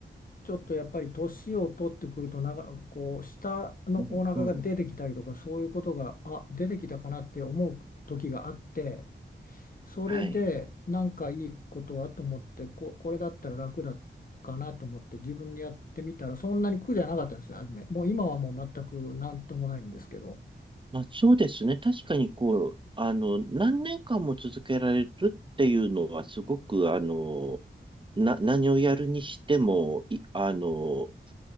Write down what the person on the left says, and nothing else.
ちょっとやっぱり年を取ってくるとなんかこう下のお腹が出てきたりとかそういうことがあ出てきたかなって思う時があって
それでなんかいいことはと思ってこ、
これだったら楽だかなと思って自分でやってみたらそんなに苦じゃなかったんですよ初めもう今はもう全く何ともないんですけど。